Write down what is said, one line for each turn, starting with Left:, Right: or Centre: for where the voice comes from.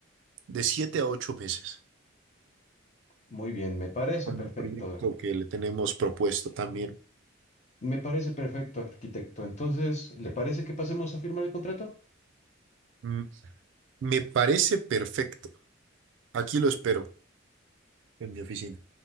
Right: de 7 a 8 meses
Left: Muy bien, me parece
Right: con
Left: perfecto.
Right: el proyecto que le tenemos propuesto también.
Left: Me parece perfecto, arquitecto. Entonces, ¿le parece que pasemos a firmar el contrato?
Right: Mm, Me parece perfecto. Aquí lo espero. en mi oficina.